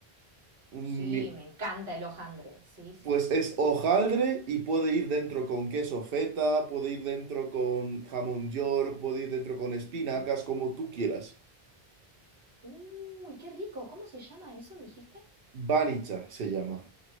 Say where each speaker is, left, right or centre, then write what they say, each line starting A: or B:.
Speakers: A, on the right; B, on the right.
A: un,
B: Sí, me encanta el hojaldre. Sí, sí,
A: pues
B: sí,
A: es
B: definitivamente.
A: hojaldre y puede ir dentro con queso feta, puede ir dentro con jamón york, puede ir dentro con espinacas, como tú quieras.
B: Uy, qué rico. ¿Cómo se llama eso, dijiste?
A: Banicha se llama.